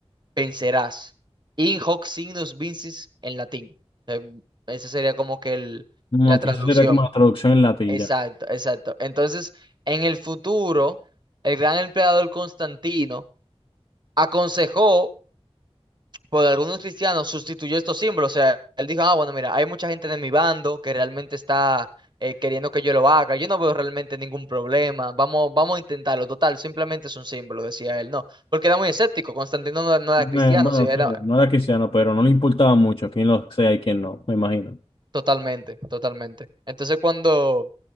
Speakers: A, on the right; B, on the left.
A: vencerás. In hoc signus vincis en latín. Eh, esa sería como que el-
B: como
A: la
B: que
A: traducción.
B: eso sería como la traducción en latín
A: Exacto,
B: ya.
A: exacto. Entonces, en el futuro, el gran emperador Constantino aconsejó por algunos cristianos sustituyó estos símbolos. O sea, él dijo, ah, bueno, mira, hay mucha gente de mi bando que realmente está eh, queriendo que yo lo haga. Yo no veo realmente ningún problema. Vamos, vamos a intentarlo. Total, simplemente es un símbolo, decía él. No, porque era muy escéptico. Constantino no, no era
B: Eh,
A: cristiano,
B: Bueno,
A: sí, era,
B: sí, no era cristiano, pero no le importaba mucho quién lo sea y quién no, me imagino.
A: Totalmente, totalmente. Entonces cuando,